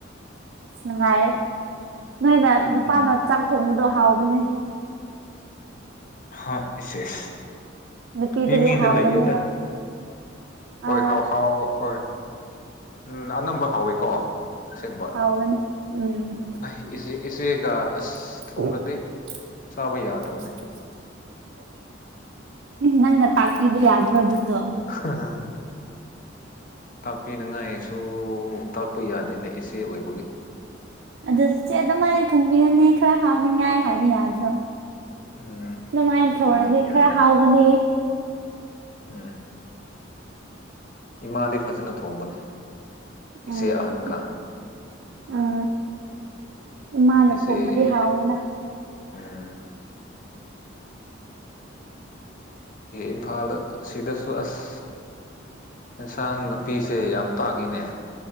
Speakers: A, on the right (about 60°); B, on the left (about 40°).
A: ꯑꯁ ꯅꯨꯡꯉꯥꯏꯔꯅꯤ ꯅꯣꯏꯅ
B: ꯎꯝ
A: ꯅꯨꯄꯥꯅ ꯆꯥꯛ ꯊꯣꯡꯕꯗꯣ ꯍꯥꯎꯕꯅꯦ
B: ꯍꯣꯏ ꯏꯁ ꯏꯁ
A: ꯅꯨꯄꯤꯗꯒꯤ
B: ꯃꯤ ꯃꯤꯗ
A: ꯍꯥꯎꯕꯅꯦꯕ
B: ꯂꯩꯌꯦꯗ ꯍꯣꯏ
A: ꯑꯥ
B: ꯍꯥꯎ ꯍꯥꯎ ꯍꯣꯏ ꯎꯝ ꯑꯅꯝꯕ ꯍꯥꯎꯋꯤꯀꯣ ꯑꯁꯦꯡꯕ
A: ꯍꯥꯎꯕꯅꯦ ꯎꯝ
B: <unintelligible> ꯏꯆꯦ ꯏꯆꯦꯒ ꯑꯁ
A: <unintelligible>
B: ꯊꯣꯡꯉꯗꯤ ꯆꯥꯕ ꯌꯥꯗꯕꯅꯦ
A: ꯅꯪꯅ ꯇꯥꯛꯄꯤꯕ ꯌꯥꯗ꯭ꯔꯣ ꯑꯗꯨꯗꯣ
B: <unintelligible> ꯇꯥꯛꯄꯤꯅꯉꯥꯏꯁꯨ ꯇꯥꯛꯄ ꯌꯥꯗꯦꯅꯦ ꯏꯆꯦ ꯑꯣꯏꯕꯒꯤ
A: ꯑꯗꯨꯗꯤ ꯏꯆꯦ ꯑꯗꯨꯃꯥꯏ ꯊꯣꯡꯕꯤꯌꯨꯅꯦ ꯈꯔ ꯍꯥꯎꯅꯤꯡꯉꯥꯏ ꯍꯥꯏꯕ ꯌꯥꯗ꯭ꯔꯣ
B: ꯎꯝ
A: ꯑꯗꯨꯃꯥꯏ ꯊꯧꯔꯗꯤ
B: ꯎꯝ ꯌꯥꯏ
A: ꯈꯔ ꯍꯥꯎꯕꯅꯦ
B: ꯎꯝ ꯏꯃꯥꯗꯤ ꯐꯖꯅ ꯊꯣꯡꯕꯅꯤ
A: ꯎꯝ
B: ꯏꯆꯦ ꯑꯍꯟꯒ
A: ꯎꯝ ꯏꯃꯥꯅ
B: ꯏꯆꯦ
A: ꯊꯣꯡꯕꯗꯤ ꯍꯥꯎꯋꯦꯅ
B: ꯎꯝ ꯏꯝꯐꯥꯜꯗ ꯁꯤꯗꯁꯨ ꯑꯁ ꯑꯦꯟꯁꯥꯡ ꯅꯥꯄꯤꯁꯦ ꯌꯥꯝ ꯇꯥꯡꯉꯤꯅꯦ